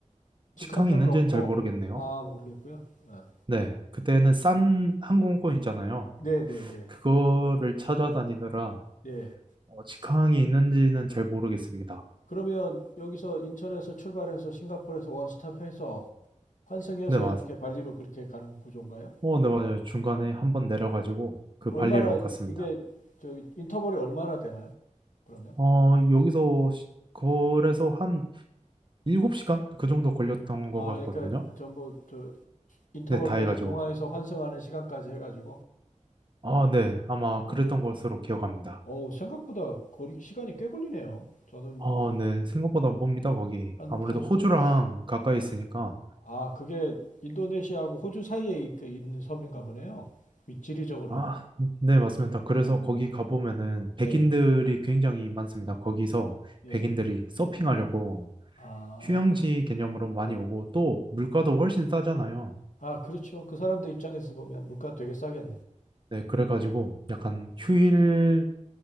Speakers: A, on the left; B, on the right.
A: 직항편은
B: 직항이 있는지는
A: 없고,
B: 잘 모르겠네요.
A: 아, 모르겠고요. 예.
B: 네, 그때는 싼 항공권 있잖아요.
A: 네네네. 네.
B: 그거를 찾아다니느라
A: 네. 네.
B: 어, 직항이 있는지는 잘 모르겠습니다.
A: 그러면 여기서 인천에서 출발해서 싱가포르에서 원스톱 해서 환승해서
B: 네, 맞,
A: 이렇게 발리로 그렇게 가는 구조인가요?
B: 어, 네, 맞아요. 중간에
A: 어.
B: 한번 내려가지고 그
A: 얼마나
B: 발리로 갔습니다.
A: 이게 저 인터벌이 얼마나 되나요? 그러면?
B: 어, 여기서 시- 그래서 한 7시간? 그 정도 걸렸던 것
A: 아,
B: 같거든요.
A: 그러니까 전부 저 인터벌까지
B: 네, 다 해가지고.
A: 공항에서 환승하는 시간까지 해가지고.
B: 아, 네. 아마
A: 어.
B: 그랬던 것으로 기억합니다.
A: 어우, 생각보다 거리, 시간이 꽤 걸리네요. 저는
B: 아,
A: 뭐,
B: 네. 생각보다 멉니다, 거기.
A: 한,
B: 아무래도
A: 한,
B: 호주랑 가까이
A: 예.
B: 있으니까
A: 아, 그게 인도네시아하고 호주 사이에 있, 그 있는 섬인가 보네요. 위- 지리적으로.
B: 아, 네, 맞습니다. 그래서
A: 어,
B: 거기 가보면은
A: 네,
B: 백인들이 굉장히 많습니다. 거기서
A: 예.
B: 백인들이 서핑하려고
A: 아,
B: 휴양지 개념으로 많이 오고 또 물가도 훨씬 싸잖아요.
A: 아, 그렇죠. 그 사람들 입장에서 보면 물가 되게 싸겠네.
B: 네, 그래가지고 약간 휴일